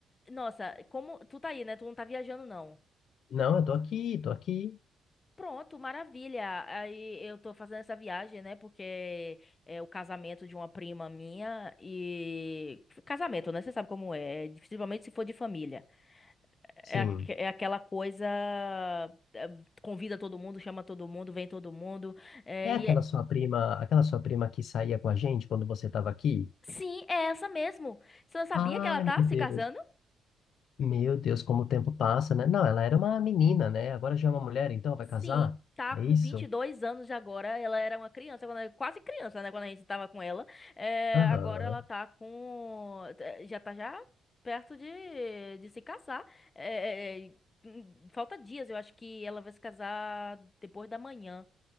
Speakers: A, on the left; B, on the left.
A: nossa, como tu tá aí, né? Tu não tá viajando, não.
B: Não, eu tô aqui, tô aqui.
A: Pronto, maravilha. Aí eu tô fazendo essa viagem, né? Porque é o casamento de uma prima minha e casamento, né? Você sabe como é, principalmente se for de família.
B: Sim.
A: É, aque- é aquela coisa é, convida todo mundo, chama todo mundo, vem todo mundo. é,
B: É
A: e
B: aquela
A: é-
B: sua prima, aquela sua prima que saía com a gente quando você tava aqui?
A: Sim, é essa mesmo. Você não sabia
B: Ai,
A: que ela tá
B: meu
A: se
B: Deus.
A: casando?
B: Meu Deus, como o tempo passa, né? Não, ela era uma menina, né? Agora já é uma mulher, então vai
A: Sim,
B: casar?
A: tá
B: É
A: com
B: isso?
A: vinte e dois anos de agora. Ela era uma criança, quando- quase criança, né? Quando a gente tava com ela. É,
B: Aham.
A: agora ela tá com. eh, Já tá já perto de, de se casar. É, é, é, hum, falta dias, eu acho que ela vai se casar depois da manhã.